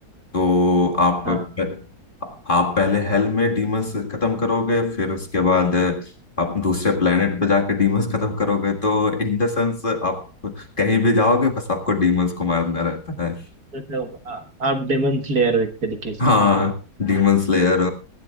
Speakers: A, on the left; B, on the right.
A: तो आप
B: हाँ
A: आप पहले हेल में डीमंस खत्म करोगे फिर उसके बाद आप दूसरे प्लेनेट पे जाके डीमंस खत्म करोगे तो इन द सेंस आप कहीं भी जाओगे बस आपको डीमंस को मारना रहता है
B: मतलब आ- आप डेमन स्लेयर हो एक तरीके से
A: हाँ डीमन स्लेयर